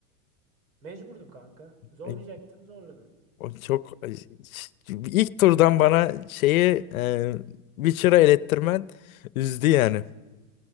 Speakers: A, on the right; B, on the left.
A: Mecburdum kanka. Zorlayacaktım
B: Ay,
A: zorladım.
B: O çok ay, ş- ilk turdan bana şeyi e, Witcher'a elettirmen üzdü yani.